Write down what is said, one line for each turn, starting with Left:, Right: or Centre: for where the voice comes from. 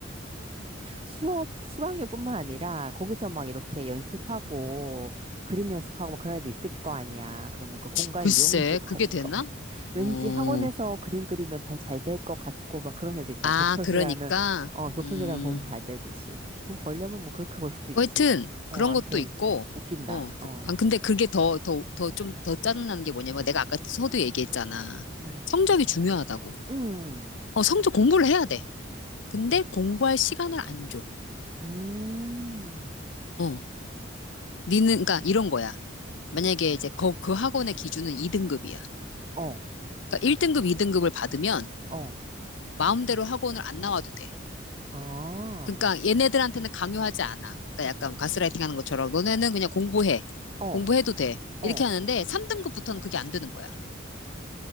Right: 수업, 수강료뿐만 아니라 거기서 막 이렇게 연습하고 그림 연습하고 막 그런 애들 있을 거 아니야. 그러면 그 공간
Left: 글쎄,
Right: 이용료도 <laughs> 받을
Left: 그게 되나?
Right: 것 같아.
Left: 어.
Right: 왠지 학원에서 그림 그리면 더 잘 될 것 같고 막 그런 애들 있잖아.
Left: 아,
Right: 독서실
Left: 그러니까
Right: 가면, 어, 독서실
Left: 음.
Right: 가면 공부 잘 되듯이. 돈 벌려면 뭐 그렇게 벌 수도
Left: 뭐
Right: 있지.
Left: 하여튼
Right: 어,
Left: 그런
Right: 암튼,
Left: 것도 있고
Right: 웃긴다.
Left: 어. 그-
Right: 어,
Left: 아, 근데 그게 더 더 더 좀 더 짜증나는 게 뭐냐면 내가 아까 서두 얘기했잖아.
Right: 음,
Left: 성적이 중요하다고.
Right: 음,
Left: 어, 성적 공부를 해야 돼. 근데 공부할 시간을 안 줘.
Right: 음,
Left: 어. 니는, 그러니까 이런 거야. 만약에 이제 거, 그 학원의 기준은 2등급이야.
Right: 어,
Left: 그러니까 1등급, 2등급을 받으면
Right: 어,
Left: 마음대로 학원을 안 나와도 돼.
Right: 아,
Left: 그러니까 얘네들한테는 강요하지 않아. 그러니까 약간 가스라이팅 하는 것처럼 너네는 그냥 공부해.
Right: 어,
Left: 공부해도 돼. 이렇게
Right: 어.
Left: 하는데 3등급부터는 그게 안 되는 거야.